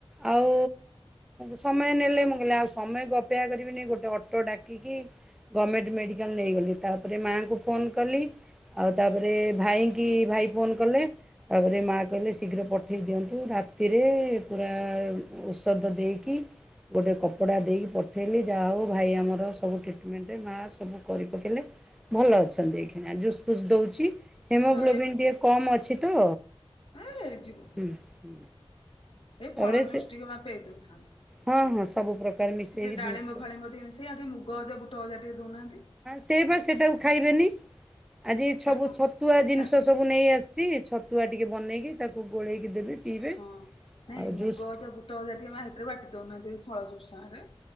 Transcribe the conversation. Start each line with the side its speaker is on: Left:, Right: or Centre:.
Centre: ଆଉ ସମୟ ନେଲେ ମୋ କହିଲେ ଆଉ ସମୟକୁ ଅପେକ୍ଷା କରିବିନି ଗୋଟେ ଅଟୋ ଡାକିକି ଗମେଣ୍ଟ ମେଡିକାଲ ନେଇଗଲେ ତାପରେ ମାଆଙ୍କୁ ଫୋନ କଲି। ଆଉ ତାପରେ ଭାଇ କି ଭାଇ ଫୋନ କଲେ। ତାପରେ ମା କହିଲେ ଶୀଘ୍ର ପଠେଇ ଦିଅନ୍ତୁ, ରାତିରେ ପୁରା ଔଷଧ ଦେଇକି। ଗୋଟେ କପ କପଡ଼ା ଦେଇକି ପଠେଇଲି ଯାହା ହଉ ଭାଇ ଆମର ସବୁ ଟ୍ରିଟମେଣ୍ଟ ମାଆ ସବୁ କରି ପକେଇଲେ। ଭଲ ଅଛନ୍ତି ଏଇ ଖିନା ଜୁସ୍ ଫୁସ୍ ଦଉଛି। ହିମୋଗ୍ଲୋବିନ୍
Left: ହଁ ଏ
Centre: ଟିକେ କମ୍ ଅଛି ତ।
Left: ଏ ହେଇଯିବ।
Centre: ଉଁ ହୁଁ।
Left: ଏଇ
Centre: ତାପରେ
Left: ଫଳ ଜୁସ
Centre: ସେ
Left: ଟିକେ ମା ପେଇ ଦଉଥାନ୍ତୁ।
Centre: ହଁ ହଁ ସବୁ ପ୍ରକାର ମିଶେଇକି
Left: ଟିକେ ଡାଳିମ୍ବ
Centre: ଜୁସ୍ କରୁଛି।
Left: ଫାଳିମ୍ବ ଟିକେ ମିଶେଇକି ଆଉ ଟିକେ ମୁଗ ଅଜା ବୁଟ ଅଜା ଟିକେ ଦଉନାହାନ୍ତି।
Centre: ସେଇପା ସେଟାକୁ ଖାଇବେନି ଆଜି ସବୁ
Left: ତାକୁ
Centre: ଛତୁଆ ଜିନିଷ
Left: ତାକୁ
Centre: ସବୁ ନେଇ ଆସ ନେଇଆସିଛି ଛତୁଆ ଟିକେ ବନେଇକି ତାକୁ ଗୋଳେଇକି ଦେବି। ପିଇବେ
Left: ହଁ ନାଇଁ
Centre: ଆଉ ଜୁସ୍
Left: ମୁଗ ଅଜା ବୁଟ ଅଜା ଟିକେ ମା ସେଥିରେ ବାଟି ଦଉନାହାନ୍ତି ଫଳଜୁସ୍ ସାଥିରେ।